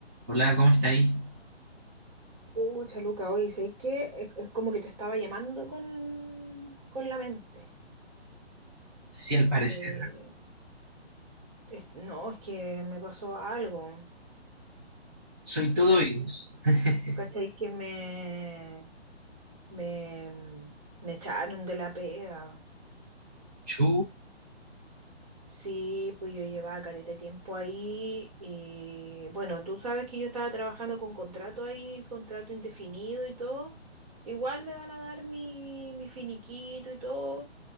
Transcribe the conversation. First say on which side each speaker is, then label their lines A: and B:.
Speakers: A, on the right (about 15°); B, on the right (about 30°).
A: Hola, ¿cómo está ahí?
B: Pucha, Luca, oye, ¿sabéis qué? Es, es como que te estaba llamando con, con la mente.
A: Sí, al parecer.
B: Eh,
A: ¿ah?
B: es- no, es que me pasó algo.
A: Soy todo
B: Ca-
A: oídos. <laughs>
B: ¿Cachai? Que me, me, me echaron de la pega.
A: Chu.
B: Sí, pues yo llevaba careta de tiempo ahí y bueno, tú sabes que yo estaba trabajando con contrato ahí, contrato indefinido y todo. Igual me van a dar mi, mi finiquito y todo.